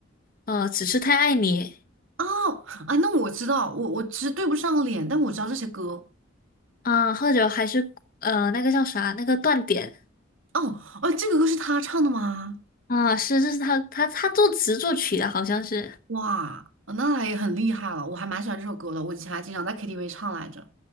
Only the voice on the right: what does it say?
哦，哎，那我知道，我我其实对不上脸，但我知道这些歌。
哦，哦，这个歌是他唱的吗？
哇，哦那他也很厉害了，我还蛮喜欢这首歌的，我以前还经常在 KTV 唱来着。